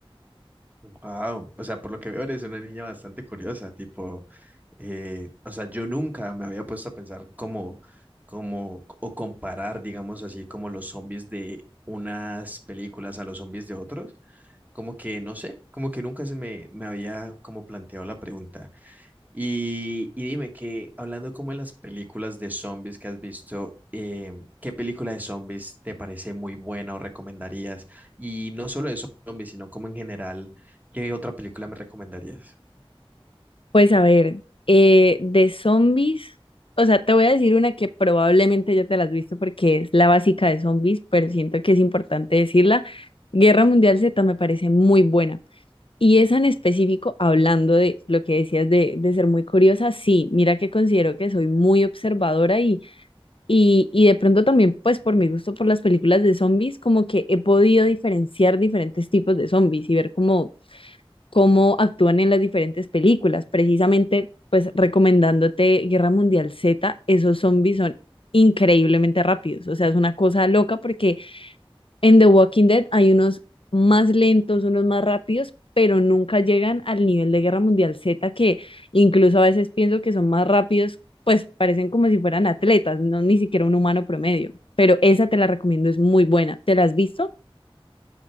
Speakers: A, on the right; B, on the left.
A: Wow, o sea, por lo que veo eres una niña bastante curiosa, tipo, eh, o sea, yo nunca me había puesto a pensar cómo, cómo, o comparar, digamos así, como los zombies de unas películas a los zombies de otros, como que, no sé, como que nunca se me, me había como planteado la pregunta. Y, y dime que, hablando como de las películas de zombies que has visto, eh, ¿qué película de zombies te parece muy buena o recomendarías? Y no solo de zombies, sino como en general, ¿qué otra película me recomendarías? <laughs>
B: Pues a ver, eh, de zombies, o sea, te voy a decir una que probablemente ya te la has visto porque es la básica de zombies, pero siento que es importante decirla. Guerra Mundial Z me parece muy buena. Y esa en específico, hablando de lo que decías de, de ser muy curiosa, sí, mira que considero que soy muy observadora y, y, y de pronto también, pues por mi gusto por las películas de zombies, como que he podido diferenciar diferentes tipos de zombies y ver cómo, cómo actúan en las diferentes películas. Precisamente, pues recomendándote Guerra Mundial Z, esos zombies son increíblemente rápidos, o sea, es una cosa loca porque en The Walking Dead hay unos más lentos, unos más rápidos, pero nunca llegan al nivel de Guerra Mundial Z, que incluso a veces pienso que son más rápidos, pues parecen como si fueran atletas, no ni siquiera un humano promedio. Pero esa te la recomiendo, es muy buena. ¿Te la has visto?